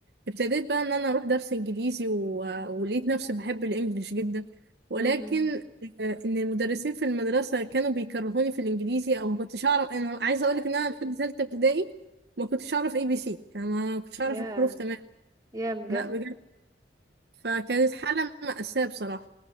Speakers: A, on the right (about 60°); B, on the right (about 20°).
A: ابتديت بقى ان انا اروح درس انجليزي و... ولقيت نفسي بحب الانجليش جدا ولكن
B: امم
A: آه، ان المدرسين في المدرسه كانوا بيكرهوني في الانجليزي او ما كنتش اعرف انا عايزه اقول لك ان انا لحد ثالثه ابتدائي ما كنتش اعرف اي بي سي يعني ما كنتش اعرف
B: يا
A: الحروف تمام
B: يا بجد
A: لا بجد فكانت حاله مأساة بصراحه